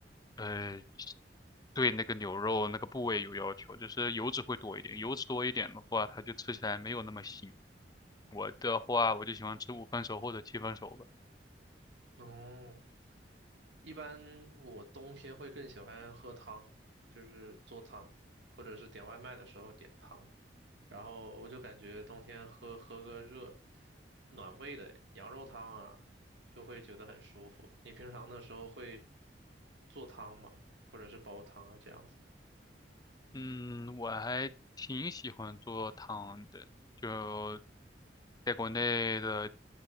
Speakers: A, on the left; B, on the right.
A: 呃对那个牛肉那个部位有要求，就是油脂会多一点，油脂多一点的话，它就吃起来没有那么腥。我的话，我就喜欢吃五分熟或者七分熟吧。
B: 哦，一般我冬天会更喜欢喝汤，就是做汤，或者是点外卖的时候点汤。然后我就感觉冬天喝喝个热暖胃的羊肉汤啊，就会觉得很舒服。你平常的时候会做汤吗？或者是煲汤啊这样子？
A: 嗯，我还挺喜欢做汤的，就在国内的